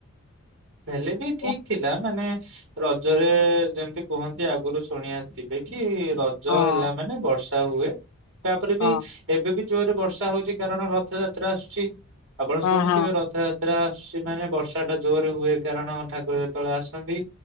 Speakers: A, on the right (about 55°); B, on the left (about 80°).
A: ହେଲେ ବି ଠିକ
B: ଓ
A: ଥିଲା ମାନେ ରଜରେ ଯେମିତି କୁହନ୍ତି ଆଗରୁ ଶୁଣି ଆସିଥିବେ କି ରଜ
B: ହଁ
A: ହେଲା ମାନେ ବର୍ଷା। ତ ହୁଏ ତାପରେ
B: ହଁ
A: ବି ଏବେ ବି ଜୋରରେ ବର୍ଷା ହଉଛି କାରଣ ରଥଯାତ୍ରା ଆସୁଛି। ଆପଣ
B: ହଁ
A: ଶୁଣିଥିବେ
B: ହଁ
A: ରଥଯାତ ଆସୁଛି ମାନେ ବର୍ଷା ଟା ଜୋରରେ ହୁଏ କାରଣ ଠାକୁର ଯେତେବେଳେ ଆସନ୍ତି